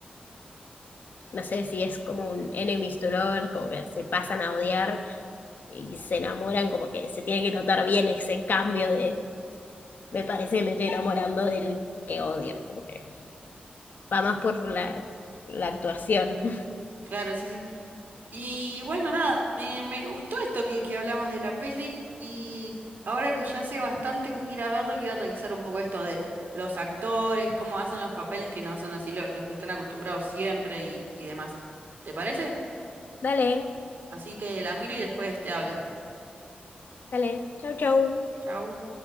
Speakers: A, on the left (about 65°); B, on the right (about 70°).
A: no sé si es como un enemies to lover, como que se pasan a odiar y se enamoran, como que se tiene que notar bien ese cambio de me parece que me estoy enamorando del que odio, como que va más por la, la actuación. <laughs>
B: Claro, sí, sí. Y bueno, nada, me, me gustó esto que, que hablamos de la peli y ahora que ya sé bastante voy a ir a verlo y voy a revisar un poco esto de los actores, cómo hacen los papeles que no son así lo- los que están acostumbrados siempre y, y demás. ¿Te parece?
A: Dale,
B: Así que la miro y después te hablo.
A: dale, chau chau.
B: Chau.